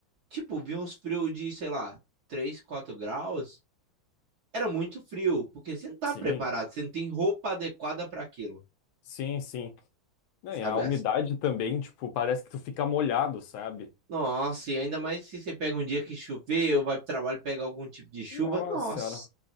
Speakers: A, on the right (about 55°); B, on the left (about 80°).
A: tipo, vi uns frios de, sei lá, 3 4 graus. Era muito frio, porque você não tá
B: Sim,
A: preparado, você não tem roupa adequada para aquilo,
B: sim, sim. Não,
A: sabe?
B: e a umidade também, tipo, parece que tu fica molhado, sabe?
A: Nossa, e ainda mais se você pega um dia que choveu, vai pro trabalho pegar algum tipo de chuva.
B: Nossa
A: Nossa,
B: senhora.